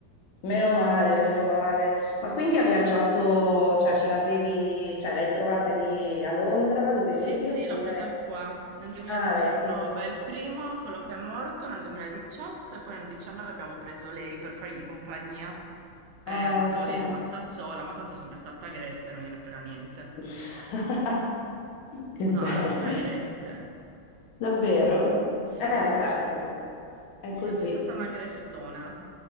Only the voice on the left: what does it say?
Meno male, meno male. Ma quindi ha viaggiato, cioè ce l'avevi, cioè l'hai trovata lì a Londra dove
vivi
oppure...
Ah, l'hai presa lì.
Ah,
ok.
<laughs> Che
bello,
davvero?
Eh, vabbè,
sì, beh,
è
così.